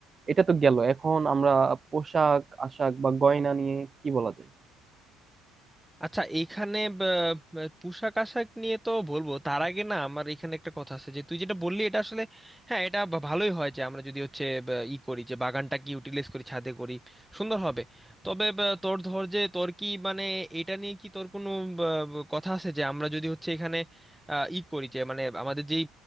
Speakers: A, on the right (about 25°); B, in the centre.
A: এটা তো গেল এখন আমরা পোশাক আশাক বা গয়না নিয়ে কি বলা যায়
B: আচ্ছা এইখানে ব- ব- পোশাক আশাক নিয়ে তো বলবো তার আগে না আমার এখানে একটা কথা আছে যে তুই যেটা বললি এটা আসলে হ্যাঁ এটা ভা- ভালোই হয় যে আমরা যদি হচ্ছে ব- ই করি যে বাগানটা কি ইউটিলাইজ করি ছাদে করি সুন্দর হবে তবে ব- তোর ধর যে তোর কি মানে এটা নিয়ে কি তোর কোনো ব- ব- কথা আছে যে আমরা যদি হচ্ছে এখানে আহ, ই করি যে মানে আমাদের যেই